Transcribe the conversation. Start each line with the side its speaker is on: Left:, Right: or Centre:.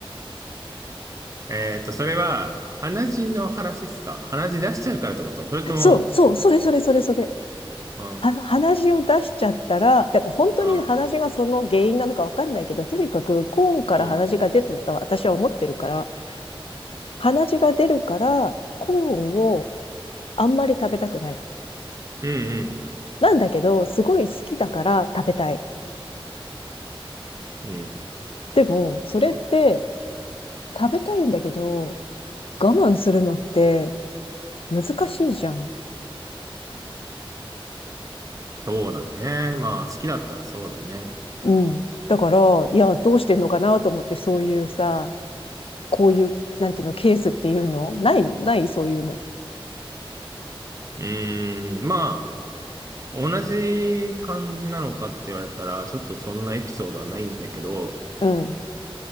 Right: えーっと、それは、鼻血の話っすか鼻血出しちゃうからってことそれとも、
Left: そう、そう、それそれそれそれ。
Right: あ、
Left: あの、鼻血を出しちゃったら、だから本当に鼻血がその原因なのかわかんないけど、
Right: あ、
Left: とにかくコーンから鼻血が出てたと私は思ってるから、
Right: うん、
Left: 鼻血が出るから、コーンをあんまり食べたくない。
Right: うん、
Left: なんだけど、すごい好きだから食べたい。
Right: うん、うん。
Left: でも、それって食べたいんだけど、我慢するのって難しいじゃん。
Right: そうだね。まあ、好きだったらそうだね。
Left: うん。だから、いや、どうしてんのかなと思って、そういうさ、こういう、なんていうの、ケースっていうのない、ない、そういうの。
Right: うーん、まあ、同じ感じなのかって言われたら、ちょっとそんなエピソードはないんだけど、
Left: うん、